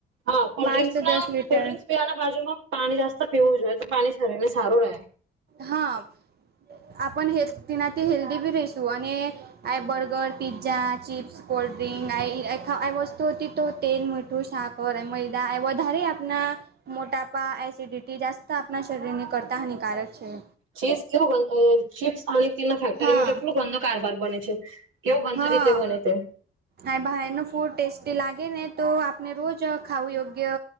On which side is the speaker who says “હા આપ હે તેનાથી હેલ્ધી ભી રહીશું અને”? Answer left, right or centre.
Right